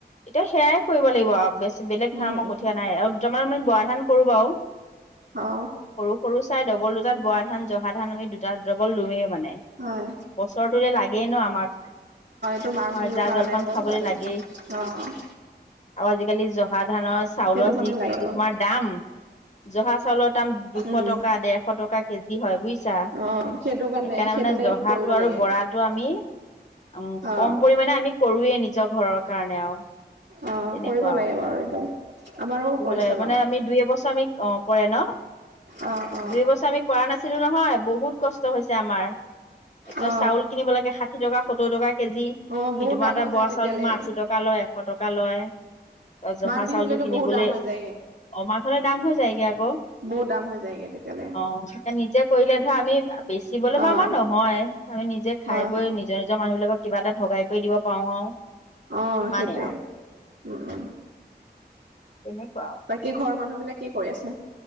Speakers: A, on the left; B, on the right.
A: এতিয়া সেয়াই কৰিব লাগিব আৰু বেছি বেলেগ
B: উম
A: ধাৰণৰ
B: উম
A: কঠিয়া নাই আৰু আমাৰ মানে বৰা কৰো বাৰু সৰু,
B: অ
A: সৰু চাই ডবল দুটাত বৰা ধান জহা ধান আমি দুটা ডবল লুমেই মানে
B: হয়
A: বছৰটো লাগেই ন আমাক।
B: টো মাঘ
A: হয়
B: বিহুৰ
A: জা
B: কাৰণে
A: জলপান
B: গ'ল
A: খাবলৈ লাগেই
B: অ'।
A: আৰু আজিকালি জহা ধানৰ চাউলৰ
B: সেইটো কাৰণে
A: যি
B: লাগে আৰু
A: তোমাৰ দাম। জহা চাউলৰ দাম দুশ
B: উম
A: টকা ডেৰশ টকা- কেজি হয় বুজিছা। ছা
B: অ সেইটো কাৰণে
A: সেইকাৰণে
B: সেইটো
A: মানে
B: কাৰণে
A: জহাটো
B: কৰিব
A: আৰু
B: লাগে
A: বৰাটো আমি উ'ম।
B: অ
A: কম পৰিমাণে আমি কৰোৱে নিজৰ ঘৰত কাৰণে আৰু
B: অ
A: তেনেকুৱা
B: কৰিব
A: আৰু
B: লাগে বাৰু এইটো আমাৰো
A: কি
B: কৰিছে
A: বলে
B: বাৰু
A: মানে আমি দুই এবছৰ আমি অ কৰে ন
B: অ অ
A: দুই এবছৰ আমি কৰা নাছিলো নহয় বহুত কষ্ট হৈছে আমাৰ এতিয়া
B: অ
A: চাউল কিনিব লাগে। ষাশি টকা সত্ৰু টকা। কেজি
B: অ বহুত
A: <unintelligible> এটা
B: দাম হৈ
A: বৰা
B: যায় তেতিয়ালে
A: চাউল তোমাৰ আশী টকা লয়, এশ টকা লয়, জহা
B: মাঘ বিহুলেতো
A: চাউলটো কিনিবলৈ
B: বহুত দাম হৈ যায়গে
A: অমাৰ ঘলে দাম হৈ যায়গে আকৌ,
B: বহুত দাম হৈ যায়গে তেতিয়ালে
A: অ স নিজে কৰিলে ধৰ আমি বেচিবলে
B: অ
A: বা আমাৰ নহয়, আমি নিজে খাই
B: হয়
A: বৈ নিজৰ-নিজৰ মানুহ বিলাকক কিবা এটা ভগাই কৰি দিব পাৰো আৰু,
B: অ
A: সিমানেই
B: সেইটোৱে
A: আৰু।
B: উম উম
A: তেনেকুৱা আৰু
B: বাকী ঘৰৰ মানুহ বিলাক কি কৰি আছে?